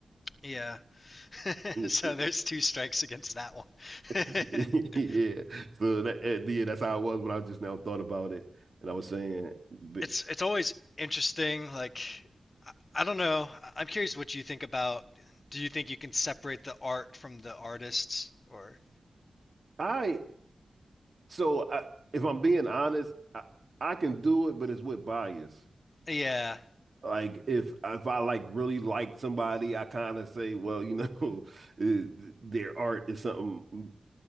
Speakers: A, on the left; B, on the right.
A: Yeah. <laughs>
B: <laughs>
A: so there's two strikes against that one. <laughs>
B: Yeah. So that, uh, yeah, that's how I was when I just now thought about it. And I was saying, but
A: it's it's always interesting. Like I, I don't know. I- am curious what you think about. Do you think you can separate the art from the artists? Or
B: I So I, if I'm being honest, I, I can do it, but it's with bias.
A: yeah,
B: Like if if I like really like somebody, I kind of say, well, you know, <laughs> eh, their art is something